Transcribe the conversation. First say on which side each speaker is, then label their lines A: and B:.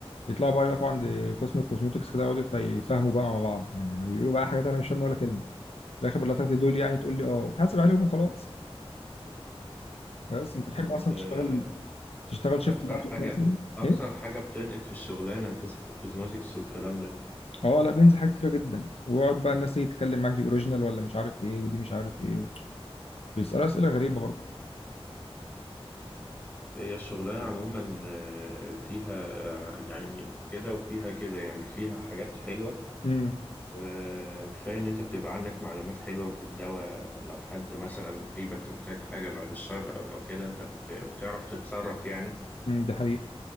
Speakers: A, on the left (about 75°); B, on the left (about 15°).
A: يطلعوا بقى يقفوا عند قسم الكوزموتكس كده يقعدوا يتف- يتفاهموا بقى مع بعض يعني بيقولوا بقى حاجات انا مش فاهمها ولا كلمه في الاخر بقول لها تاخدي دول يعني تقول لي اه وتحاسب عليهم وخلاص بس انت تحب
B: ال-
A: اصلا تشتغل تشتغل
B: اكتر
A: شيفت معين
B: حاجه
A: مثلا
B: اكتر
A: ايه
B: حاجه بتنقد في الشغلانه قصه الكوزماتكس والكلام ده
A: اه لا بينزل حاجات كتيره جدا ويقعد بقى الناس تيجي تتكلم معاك دي اوريجينال ولا مش عارف ايه ودي مش عارف ايه بيسالوا اسئله غريبه برضه
B: هي الشغلانه عموما آه، فيها يعني كده وفيها كده يعني فيها حاجات حلوه
A: امم
B: وكفايه ان انت بتبقى عندك معلومات حلوه في الدواء لو حد مثلا قريبك محتاج حاجه بعد الشر او لو كده انت بت- بتعرف تتصرف يعني
A: امم ده حقيقي